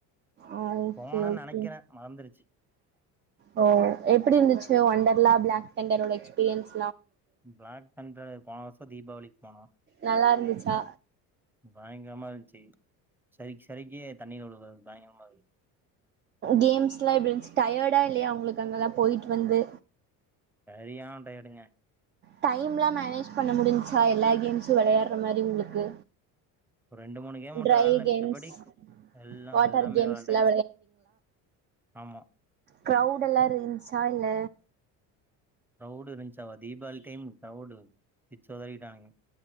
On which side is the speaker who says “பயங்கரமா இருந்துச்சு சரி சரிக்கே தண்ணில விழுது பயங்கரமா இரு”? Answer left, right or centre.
Centre